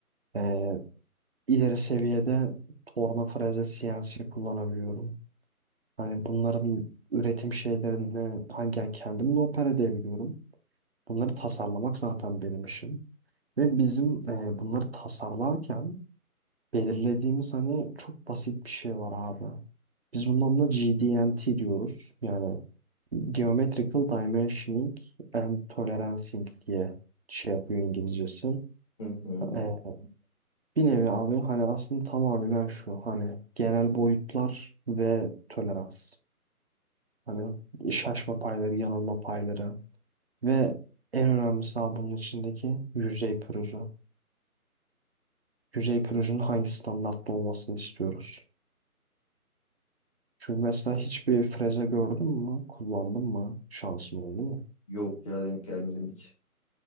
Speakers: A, on the right (about 45°); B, on the left (about 20°).
A: eee, ileri seviyede torna freze CNC kullanabiliyorum. Hani bunların üretim şeylerini hangi yani kendim de opera edebiliyorum. Bunları tasarlamak zaten benim işim. Ve bizim eee, bunları tasarlarken belirlediğimiz hani çok basit bir şey var abi. Biz bunun adına G D N T diyoruz. Yani Geometrical Dimensioning and Tolerancing diye şey yapıyor İngilizcesi.
B: Hı hı.
A: Ee, bir nevi abi hani aslında tamamen şu hani genel boyutlar ve tolerans. Hani şaşma payları, yanılma payları ve en önemlisi abi bunun içindeki yüzey pürüzü. Yüzey pürüzünün hangi standartta olmasını istiyoruz. Çünkü mesela hiçbir freze gördün mü? Kullandın mı? Şansın oldu mu?
B: Yok ya denk gelmedim hiç.